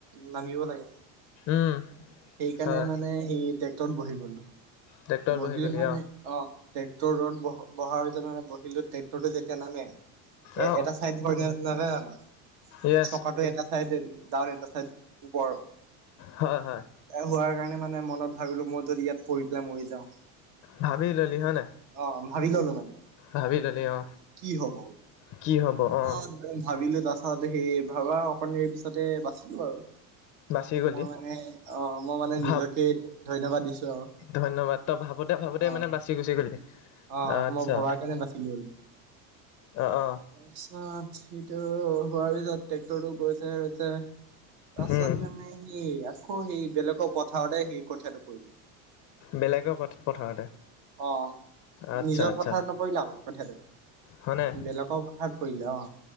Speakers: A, on the right; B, on the left.
A: নামিব লাগে
B: উম
A: সেইকাৰণে
B: হয়
A: মানে সি ট্ৰেক্টৰত বহি গলো।
B: ট্ৰেক্টৰত
A: বহিল
B: বহি গ'লি
A: মানে অ ট্ৰেটৰ ৰ'দ ব বহা <unintelligible> বহিলো ট্ৰেক্টৰটো যেতিয়া নামে এ
B: অ
A: এটা চাইড ধৰ <unintelligible>
B: য়েছ
A: চকাটো এটা চাইডে ডাউন এটা চাইদ ওপৰ
B: হয় হয়
A: হোৱাৰ কাৰণে মানে মনত ভাবিলো মই যদি ইয়াত পৰি পেলাই মৰি যাওঁ
B: ভাবি ললি হয় নাই
A: অ ভাবি ললো মানে
B: ভাবি ললি অ
A: কি হব
B: কি হব অ
A: অহ ভাবিলো তাৰ সে ভাবা অকণ দেৰি পিছতে বাচিলো আৰু
B: বাচি গলি
A: মই মানে অ মই মানে
B: ভাব
A: নিজকে ধন্যবাদ দিছো আৰু।
B: ধন্যবাদ তই ভাবোতে ভাবোতে
A: অ
B: মানে বাচি গুচি গলি
A: অ
B: আচ্ছা
A: মই ভবাৰ কাৰণে বাচিলো হ'লো
B: অ অ
A: তাৰপিছত সিটো হোৱাৰ পিছত ট্ৰেক্টৰটো গৈছে গৈছে তাৰপিছত
B: উম
A: মানে সি সেই বেলেগৰ পথাৰতে সেই কঠিয়াটো পৰিলে।
B: বেলেগৰ পথাৰতে
A: অ
B: আচ্ছা
A: নিজৰ
B: আচ্ছা
A: পথাৰত নপৰিল আক কঠীয়াটো
B: হয় নাই
A: বেলেগৰ পথাৰত কৰিলে অ